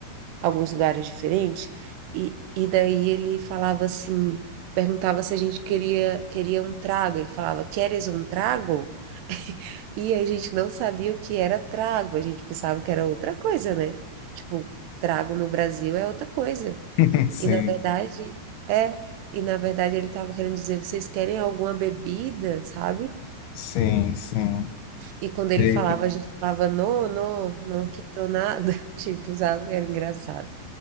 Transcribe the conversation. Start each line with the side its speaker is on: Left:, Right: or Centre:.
Right: Alguns lugares diferentes. E, e daí ele falava assim, perguntava se a gente queria, queria um trago. Ele falava, queres um trago? E a gente não sabia o que era trago, a gente pensava que era outra coisa, né? Tipo, trago no Brasil é outra coisa.
Left: <laughs> sim,
Right: E na verdade, é. E na verdade ele estava querendo dizer, vocês querem alguma bebida, sabe?
Left: sim, sim.
Right: E quando ele
Left: Eita,
Right: falava, a gente falava, não, não, não quero nada. <laughs> Tipo, sabe? Era engraçado.